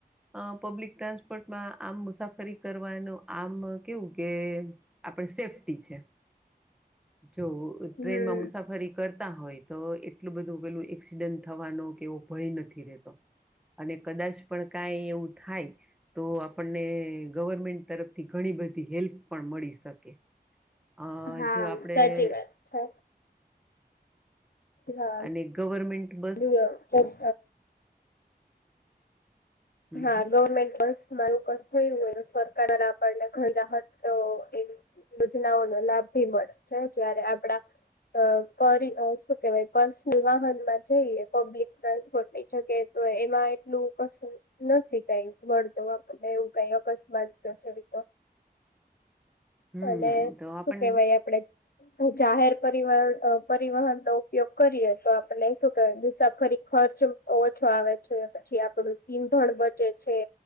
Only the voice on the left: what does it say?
હમ
હા
સાચી વાત છે હા
હા
ગવર્મેન્ટ
હા ગવર્મેન્ટ પણ. મારું થયુંય સરકાર આપણને ઘર રાહત એવી. યોજનાઓ નો લાભ ભી મળે છે જ્યારે આપડા. અ શું કેવાય પર્સનલ વાહન માં જઈએ પબ્લિક ટ્રાન્સપોર્ટની જગ્યાએ. તો એમાં એટલું ક. નથી કઈ મળતું આપણને એવું કઈ અકસ્માત તો છે તો.
અને
શું કેવાય આપડે. જાહેર પર પરિવહન નો ઉપયોગ કરીએ તો આપડે શું કે મુસાફરી. ખર્ચ ઓછો આવે છે પછી આપડું ઈંધણ બચે છે.